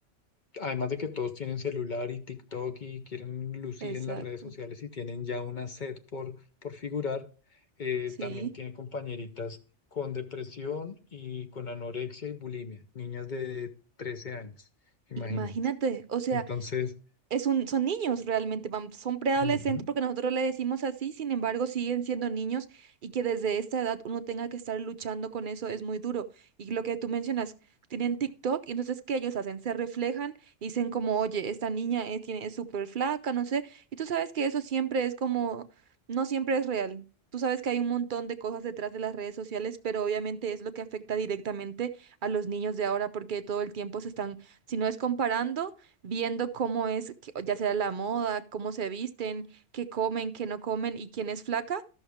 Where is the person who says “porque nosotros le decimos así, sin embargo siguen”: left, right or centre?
Right